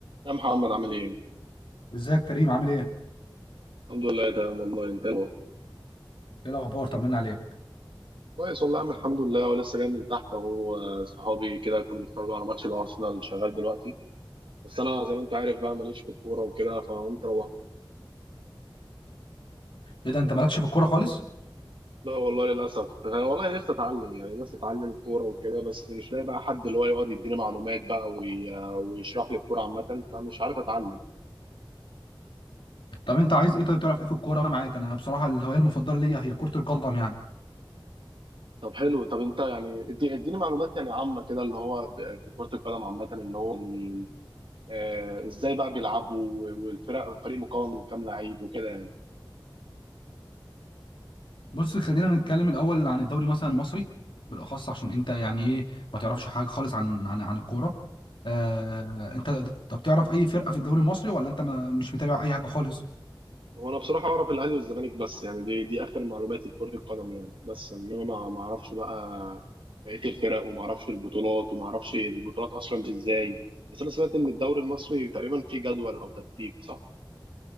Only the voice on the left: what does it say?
ازيك كريم عامل ايه؟
ايه الاخبار طمنا عليك
ايه ده انت مالكش في الكوره خالص؟
طب انت عايز ايه طيب تعرف ايه في الكوره انا معاك انا بصراحه الهوايه المفضله ليا هي كره القدم يعني
بص خلينا نتكلم الاول عن الدوري مثلا المصري بالاخص عشان انت يعني ايه ما تعرفش حاجه خالص عن عن عن الكوره آه انت طب تعرف اي فرقه في الدوري المصري ولا انت ما مش متابع اي حاجه خالص؟